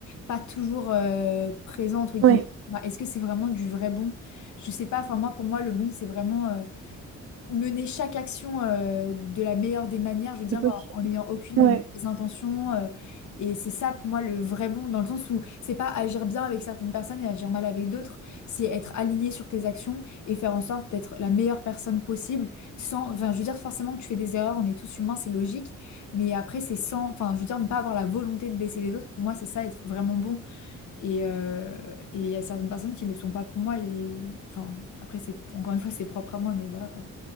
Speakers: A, on the left; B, on the right.
A: pas toujours euh, présent, entre guillemets,
B: Ouais,
A: bah, est-ce que c'est vraiment du vrai bon? Je sais pas, enfin, moi, pour moi, le bon, c'est vraiment euh, mener chaque action euh, de la meilleure des manières, je veux dire,
B: c'est possible.
A: en en n'ayant aucune
B: Ouais.
A: mauvaise intention. euh, et c'est ça pour moi le vrai bon, dans le sens où c'est pas agir bien avec certaines personnes et agir mal avec d'autres, c'est être aligné sur tes actions et faire en sorte d'être la meilleure personne possible sans, enfin, je veux dire, forcément que tu fais des erreurs, on est tous humains, c'est logique, mais après c'est sans, enfin, je veux dire, ne pas avoir la volonté de baisser les autres, pour moi c'est ça, être vraiment bon. Et euh, et il y a certaines personnes qui le sont pas pour moi, et enfin, après c'est, encore une fois, c'est propre à moi, mais voilà quoi.